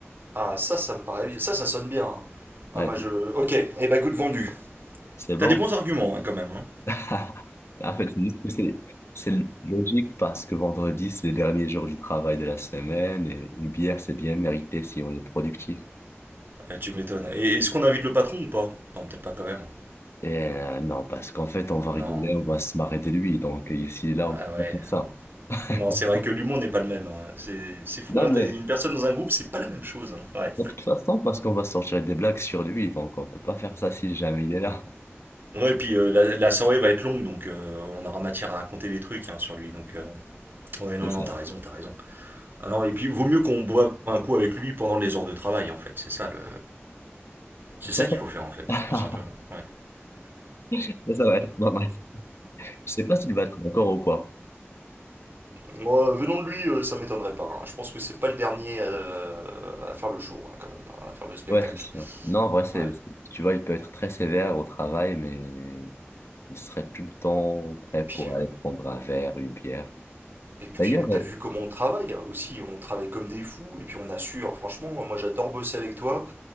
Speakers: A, on the right; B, on the left.
A: Ah ça, ça me paraît, bien. ça, ça sonne bien. Ah
B: Ouais,
A: moi
B: tu-
A: je, ok. Eh ben, goût de vendu.
B: c'est bon.
A: T'as des bons arguments hein, quand même. Hein.
B: <laughs> En fait, c'est juste que c'est, c'est logique parce que vendredi, c'est le dernier jour du travail de la semaine et une bière, c'est bien mérité si on est productif.
A: Ah, tu m'étonnes. Et est-ce qu'on invite le patron ou pas Non, peut-être pas quand même.
B: Et euh, non, parce qu'en fait, on va rigoler,
A: Non,
B: on va se marrer de lui. Donc, euh, ici et là, on
A: ah
B: peut
A: ouais.
B: pas faire ça.
A: Non, c'est
B: <laughs>
A: vrai que l'humour n'est pas le même. hein. C'est c'est fou,
B: Non,
A: hein. T'as
B: mais
A: une personne dans un groupe, c'est pas la même chose. hein. Ouais.
B: de toute façon, parce qu'on va sortir des blagues sur lui. Donc, on peut pas faire ça si jamais il est là.
A: Ouais, et puis euh, la, la soirée va être longue, donc euh, on aura matière à raconter des trucs hein, sur lui. Donc, euh, ouais, non,
B: C'est
A: non,
B: ça.
A: t'as raison, t'as raison. Ah non, et puis vaut mieux qu'on boive un coup avec lui pendant les heures de travail, en fait. C'est ça le, c'est
B: C'est
A: ça qu'il
B: ça.
A: faut faire, en fait,
B: <laughs>
A: tout simplement. Ouais.
B: Ça, ça va être pas mal. Je sais pas s'il va être d'accord ou quoi.
A: Moi, venant de lui, euh, ça m'étonnerait pas. hein. Je pense que c'est pas le dernier euh, à faire le show, hein, quand même, hein, à faire le spectacle.
B: Ouais, c'est sûr. Non, en vrai, c'est,
A: Ouais.
B: c'est- tu vois, il peut être très sévère au travail, mais Il serait tout le temps prêt
A: Puis,
B: pour
A: euh,
B: aller prendre un verre, une bière.
A: Et puis,
B: D'ailleurs,
A: euh, t'as
B: euh,
A: vu comment on travaille hein, aussi, on travaille comme des fous, et puis on assure, franchement, moi j'adore bosser avec toi,